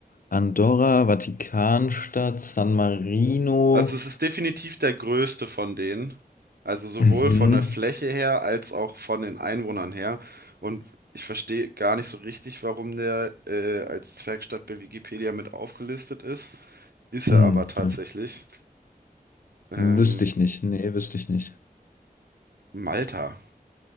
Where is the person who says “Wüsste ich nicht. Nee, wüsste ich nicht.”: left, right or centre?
Left